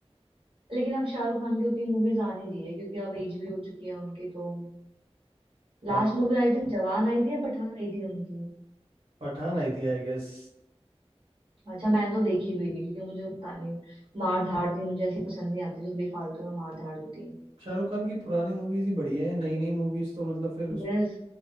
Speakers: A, on the right; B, on the right.
A: लेकिन अब शाहरुख खान की उतनी मूवीज आ नहीं रही है क्योंकि अब एज भी हो चुकी है उनकी तो
B: हाँ
A: last movie I think Jawan आई थी या पठान आई थी उनकी
B: पठान आई थी आई गेस
A: अच्छा मैंने तो देखी भी नहीं क्योंकि मुझे पता नहीं मार धाड़ थी मुझे ऐसी पसंद नहीं आती जो बेफालतू में मार धाड़ होती है
B: शाहरुख खान की पुरानी मूवीज ही बढ़िया है नई नई मूवीज तो मतलब फिर उस
A: यस